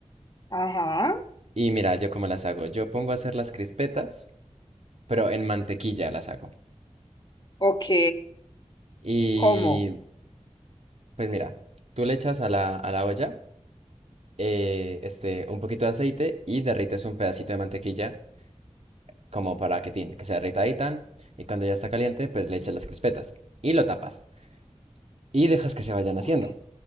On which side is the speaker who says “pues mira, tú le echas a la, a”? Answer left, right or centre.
Right